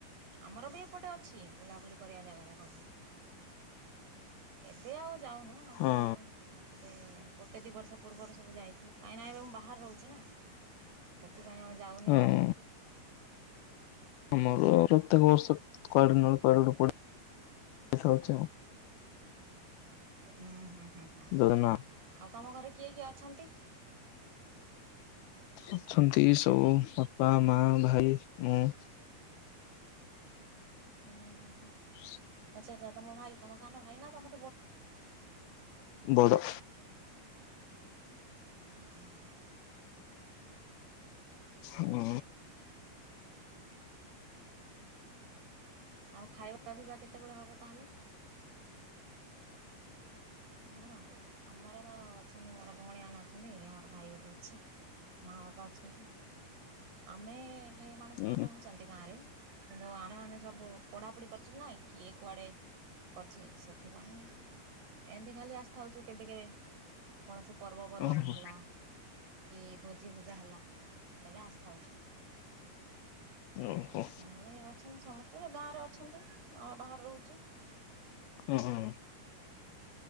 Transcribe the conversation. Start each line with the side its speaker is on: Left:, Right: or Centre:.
Right: ଆମର ବି ଏପଟେ ଅଛି ବୁଲାବୁଲି କରିବା ଜାଗା ଯାକ ବି। ଏବେ ଆଉ ଯାଉନୁ ଆଗରୁ
Left: ହଁ
Right: ଟିକେ ଗୋଟେ ଦି ବର୍ଷ ପୂର୍ବରୁ ସବୁ ଯାଇଥିଲୁ କାହିଁକିନା ଏବେ ମୁଁ ବାହାରେ ରହୁଛି ନା ସେଥିପାଇଁ ଆମେ ଯାଉନି
Left: ହଁ
Right: ଆଉ।
Left: ଆମର ପ୍ରତ୍ୟେକ ବର୍ଷ କୁଆଡେ ନା କୁଆଡ଼େ ପଡ଼ି <unintelligible> ଯାଉଛି।
Right: ହୁଁ ହୁଁ ହୁଁ ହୁଁ।
Left: ଯୋଜନା
Right: ତମ ଘରେ କିଏ କିଏ ଅଛନ୍ତି?
Left: ଅଛନ୍ତି ସବୁ ବାପା ମା ଭାଇ ମୁଁ।
Right: ଓ ହୋ ହୋ।
Left: <inaudible>
Right: ଆଚ୍ଛା ଆଚ୍ଛା ତମ ଭାଇ ତମ ସାନ ଭାଇ ନା ତମ
Left: ବଡ଼।
Right: ଓ ହୋ।
Left: ଓ।
Right: ଆଉ ଖାଇବା ପିଇବା କେତେବେଳେ ହବ ତାହେଲେ ଆମର ଆମର ତ ଅଛନ୍ତି ମୋର ଭଉଣୀମାନେ ଅଛନ୍ତି ଆମର ଭାଇ ଗୋଟେ ଅଛି। ମା ବାପା ଅଛନ୍ତି ଆମେ ଏଠି ମାନେ ସେମାନେ
Left: ହଁ
Right: ରହୁଛନ୍ତି ଗାଁ ରେ କିନ୍ ନ୍ତୁ ଆମେ ମାନେ ସବୁ ପଢାପଢ଼ି କରିଛନ୍ତି ନା କିଏ କୁଆଡେ କରିଛି ସେଥିପାଇଁ ଏମିତି ଖାଲି ଆସିଥାଉଛୁ କେବେ କେବେ କୌଣସି ପର୍ବପର୍ବାଣି
Left: ଓହୋ
Right: ହେଲା କି ଭୋଜି ଭୋଜା ହେଲା ବେଲେ ଆସିଥାଉ।
Left: ଓହୋ
Right: ନହେଲେ ଏ ଅଛନ୍ତି ସମସ୍ତେ ଗାଁ ରେ ଅଛନ୍ତି ଆମେ ବାହାରେ ରହୁଛୁ।
Left: ହୁଁ ହୁଁ।